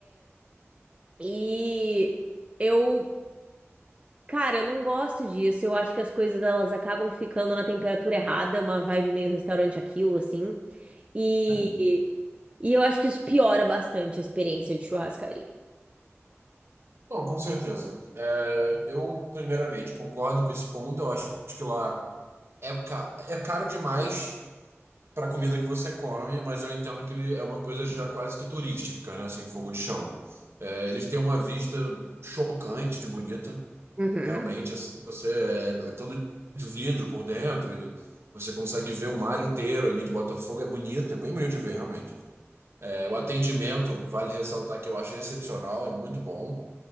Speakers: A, on the right; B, on the right.
A: e... Eu Cara, eu não gosto disso. Eu acho que as coisas elas acabam ficando na temperatura errada, uma vibe meio restaurante aquilo, assim. E,
B: Sim.
A: e eu acho que isso piora bastante a experiência de churrascaria.
B: Bom, com certeza. É, eu, primeiramente, concordo com esse ponto. Eu acho que lá É, ca- é caro demais para a comida que você come, mas eu entendo que é uma coisa já quase que turística, né? Assim, fogo de chão. É, eles têm uma vista chocante de bonita,
A: Uhum,
B: realmente. Assim, você é, é todo de vidro por dentro e você consegue ver o mar inteiro ali de Botafogo. É bonito, é bem bonito de ver, realmente. É, o atendimento, vale ressaltar que eu achei excepcional, é muito bom.